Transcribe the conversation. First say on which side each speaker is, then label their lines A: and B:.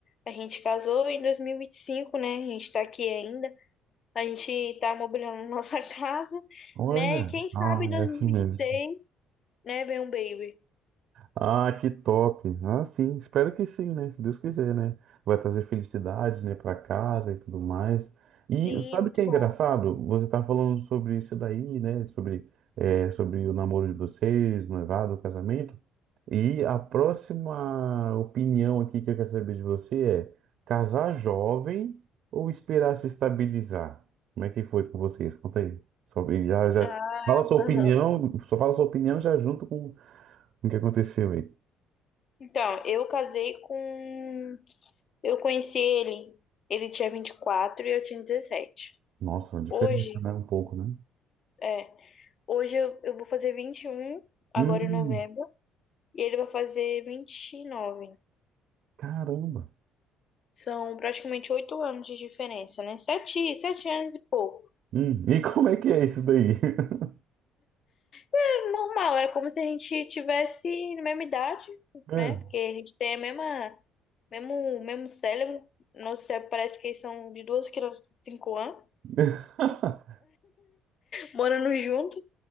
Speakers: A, on the left; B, on the right.
A: a gente casou, em 2025, né? A gente tá aqui ainda. A gente tá mobiliando nossa <laughs> casa,
B: Olha,
A: né? E quem sabe
B: ah,
A: em 2026,
B: é assim mesmo.
A: né? Vem um baby.
B: Ah, que top. Ah, sim, espero que sim, né? Se Deus quiser, né? Vai trazer felicidade, né, para casa e tudo mais. E
A: Sim,
B: sabe
A: é muito
B: o que é
A: bom.
B: engraçado? Você tá falando sobre isso daí, né? Sobre, é, sobre o namoro de vocês, noivado, o casamento. E a próxima opinião aqui que eu quero saber de você é casar jovem ou esperar se estabilizar? Como é que foi com vocês? Conta aí. Sobre, já, já,
A: Ah,
B: fala sua
A: <laughs>
B: opinião, só fala sua opinião já junto com o que aconteceu aí.
A: Então, eu casei com. Eu conheci ele, ele tinha vinte e quatro e eu tinha dezessete
B: Nossa, uma diferença,
A: Hoje,
B: né? Um pouco, né?
A: é. Hoje eu, eu vou fazer 21 agora
B: Hum,
A: em novembro, e ele vai fazer vinte e nove
B: caramba.
A: São praticamente oito anos de diferença, né? Sete, sete anos e pouco.
B: Hum, e como é que é isso daí? <laughs>
A: É normal, era como se a gente tivesse na mesma idade,
B: Hum.
A: né? Porque a gente tem a mesma, mesmo, mesmo cérebro. Nosso cérebro parece que são de duas crianças de cinco anos,
B: <laughs>
A: morando junto.